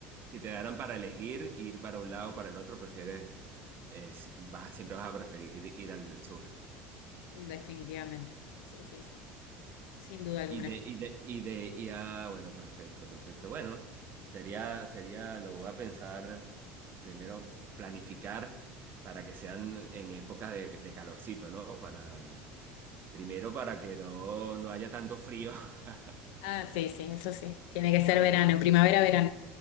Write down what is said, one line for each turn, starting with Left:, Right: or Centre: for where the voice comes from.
Right: si te darán para elegir ir para un lado o para el otro, prefieres, es- vas, siempre vas a preferir ir al sur.
Left: definitivamente. Sí, sí, sí, sin duda alguna.
Right: Y de, y de, y de, y ah, bueno, perfecto, perfecto. Bueno, sería, sería, lo voy a pensar primero, planificar para que sean en épocas de, de calorcito, ¿no? Para, primero para que no, no haya tanto frío, <laughs>
Left: Ah, sí, sí, eso sí. Tiene que ser
Right: para
Left: verano,
Right: que no
Left: primavera, verano.